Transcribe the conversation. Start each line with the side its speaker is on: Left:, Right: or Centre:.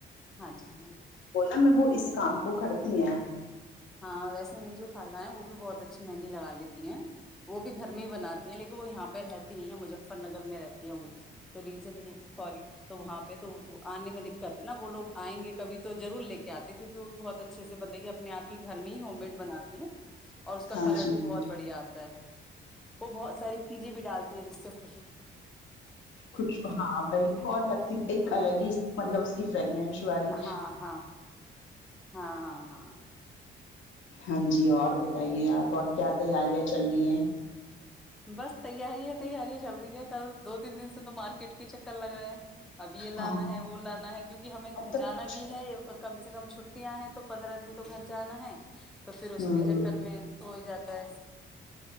Centre: ہاںھا ہاں
Left: بولا میں وہ اس کام کو کرتی ہیں
Centre: ہاں ویسے میری جو خھانا ہے وہ بھی بہت اچھی مہندی لگا لیتی ہیں وہ بھی گھر میں ہی بناتی ہیں لیکن وہ یہاں پہ رہتی نہیں ہے مظفر نگر میں رہتی ہے وہ تو ریزن یہ سوری تو وہاں پہ تو آنے میں دقت ہے نا وہ لوگ آئ گے کبھی تو رور لے کے آتے کیکہ وہ بھی بہت اچھا اچھے سے بلے اپ آپ گ میں ہی ہوم میڈ بناتی ہے اور اس کا
Left: ہاں
Centre: کلر
Left: جی
Centre: بھی
Left: ہاں
Centre: بہت بڑھیا آتا ہے وہ بہت ساری چیزیں بھی چالتی ہے جس سے کو
Left: خوش
Centre: بناتی
Left: ہاں
Centre: ہے
Left: وہی تو اور لگتی ایک
Centre: ہوں
Left: الگ ہی مطلب اس کی فریگنش والی
Centre: ہاں ہاں ہاں ہاں ہاں
Left: ہاں جی اور بتائیے آپ اور کیا تیاریاں چل رہی ہیں
Centre: بس تیاری ہے تیاری ہے چلو رہی ہے کل دو تین دن سے تو مارکیٹ کے چکر لگ رہا ہے اب یہ لانا
Left: ہاں
Centre: ہے وہ لانا ہے کیونکہ ہمیں
Left: بہت
Centre: جانا
Left: رش
Centre: بھی ہے کم کم سے کم چھٹیاں ہیں تو پندرہ دن تو گھر جانا ہے تو پھر اس
Left: ہ
Centre: کے چکر میں تو جاتا پس